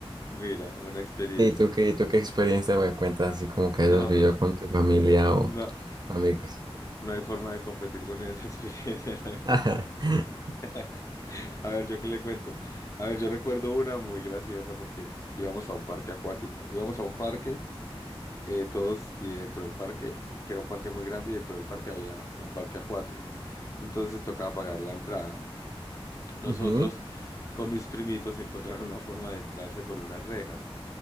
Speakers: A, on the left; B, on the right.
A: Mira, una experiencia.
B: ¿Y tú qué, tú qué experiencia me cuentas así como que
A: No,
B: hayas vivido con tu familia
A: no,
B: amigos.
A: no hay forma de competir con esa experiencia, <laughs> la mentira.
B: <laughs>
A: <laughs> A ver, yo qué le cuento. A ver, yo recuerdo una muy graciosa porque íbamos a un parque acuático. Íbamos a un parque eh, todos y dentro del parque, que era un parque muy grande y dentro del parque había un parque acuático. Entonces tocaba pagar la entrada. Nosotros
B: Ujú,
A: con mis primitos <laughs> encontraron una forma de entrarse por unas rejas.